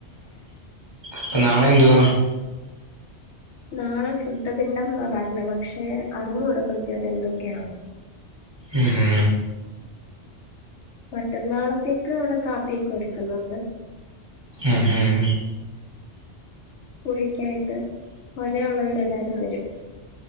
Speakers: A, on the right; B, on the left.
A: അപ്പ നാളെ എന്തുവാ
B: നാളെ ശുദ്ധ പിണ്ഡം ന്നാ പറഞ്ഞ പക്ഷെ അറിഞ്ഞുകൂട കൃത്യമായിട്ട് എന്തൊക്കെയാന്ന്
A: ഉം ഹ്
B: മറ്റന്നാളത്തേക്ക് അവിടെ കാപ്പിയൊക്കെ ഒരുക്കുന്നുണ്ട്
A: ഉം
B: കുറിക്കെയായിട്ട് പോരെഉള്ളവര് എല്ലാരും വരും